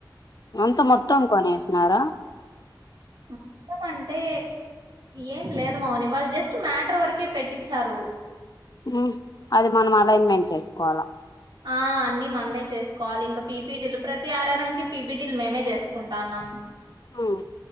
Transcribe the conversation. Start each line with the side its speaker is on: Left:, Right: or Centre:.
Left: అంత మొత్తం కొనేశినారా
Right: మొత్తం అంటే ఏం లేదు మౌని వాళ్ జస్ట్ మ్యాటర్ వరకే పెట్టించారు
Left: మ్ అది మనం అలైన్మెంట్ చేసుకొవల
Right: ఆ అన్ని మనమే చేసుకొలి ఇంక పిపిటీలు ప్రతి ఆరరంకి పిపిటీలు మేమే చేసుకుంటాన్నం
Left: ఆ